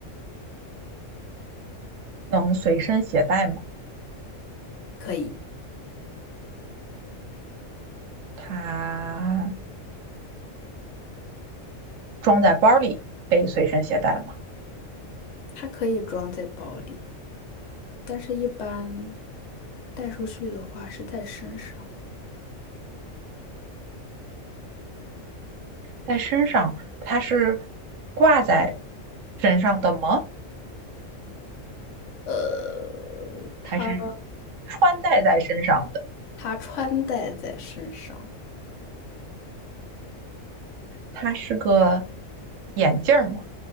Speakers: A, on the right (about 75°); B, on the left (about 70°).
A: 能随身携带吗？
B: 可以，
A: 它装在包里被随身携带吗？
B: 它可以装在包里，但是一般带出去的话是在身上。
A: 在身上它是挂在身上的吗？
B: 呃，他
A: 还是穿戴在身上的？
B: 他穿戴在身上，
A: 它是个眼镜吗？